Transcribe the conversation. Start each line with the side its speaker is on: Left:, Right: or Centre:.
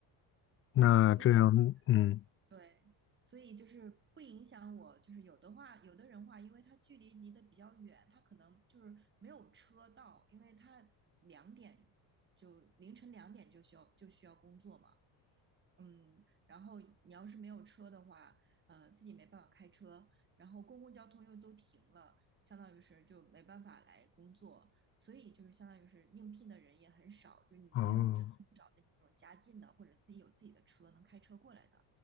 Left: 那这样，
Right: 所以。
Left: 嗯，
Right: 对，所以就是不影响我，就是有的话，有的人话，因为他距离离得比较远，他可能就是没有车到，因为他两点就凌晨两点就需要就需要工作嘛，嗯，然后你要是没有车的话，呃，自己没办法开车，然后公共交通又都停了，相当于是就没办法来工作，所以就是相当于是应聘的人也很少，就是你真只能找那种家近的或者自己有自己的车能开车过来的。
Left: 哦，